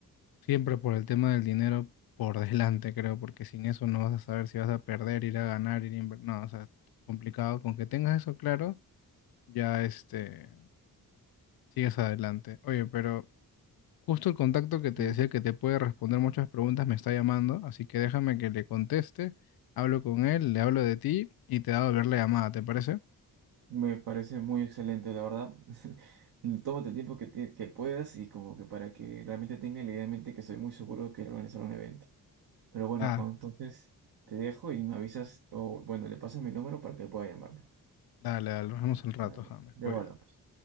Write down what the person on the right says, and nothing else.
Ya.
Me parece muy excelente, la verdad. <laughs> Tómate el tiempo que, tie- que puedas y como que para que realmente tengan la idea en mente que estoy muy seguro de que organizar un evento. Pero bueno,
Juan, entonces te dejo y me avisas, o bueno, le pasas mi número para que pueda llamarme.
Dale,
luego
hablamos.